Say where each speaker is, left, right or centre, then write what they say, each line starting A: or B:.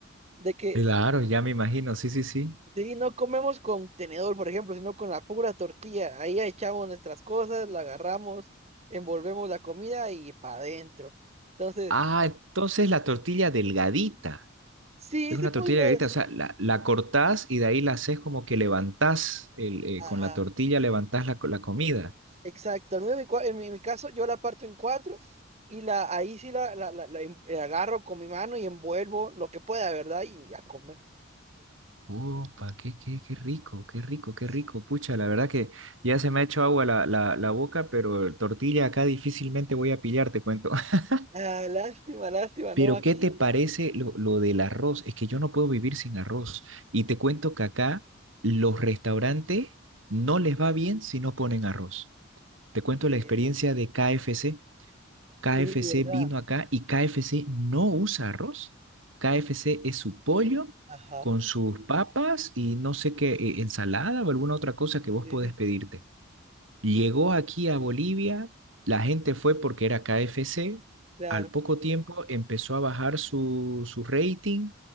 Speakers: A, on the right; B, on the right.
A: de que
B: Claro, ya me imagino, sí, sí, sí.
A: Sí, no comemos con tenedor, por ejemplo, sino con la pura tortilla. Ahí echamos nuestras cosas, la agarramos, envolvemos la comida y para adentro. Entonces,
B: Ah, entonces la tortilla delgadita.
A: sí,
B: Es una
A: se podría
B: tortilla delgadita,
A: decir.
B: o sea, la, la cortás y de ahí la haces como que levantás, el, eh, con
A: Ajá,
B: la tortilla levantás la, co- la comida.
A: exacto. Al menos en mi, cua- en mi- en mi caso, yo la parto en cuatro y la, ahí sí la, la, la- la en- la agarro con mi mano y envuelvo lo que pueda, ¿verdad? Y a comer.
B: Opa, qué, qué, qué rico, qué rico, qué
A: Sí.
B: rico. Pucha, la verdad que ya se me ha hecho agua la, la, la boca, pero tortilla acá difícilmente voy a pillar, te cuento. <laughs>
A: Ah, lástima, lástima,
B: Pero,
A: ¿no? Aquí,
B: ¿qué te parece lo, lo del arroz? Es que yo no puedo vivir sin arroz. Y te cuento que acá los restaurantes no les va bien si no ponen arroz. Te cuento
A: en serio.
B: la experiencia de KFC. KFC
A: Y de verdad.
B: vino acá y KFC no usa arroz. KFC es su pollo
A: Ajá.
B: con sus papas y no sé qué, eh, ensalada o alguna otra cosa que vos
A: Sí,
B: podés
A: sí,
B: pedirte.
A: sí.
B: Llegó aquí a Bolivia, la gente fue porque era KFC,
A: Claro.
B: al poco tiempo empezó a bajar su, su rating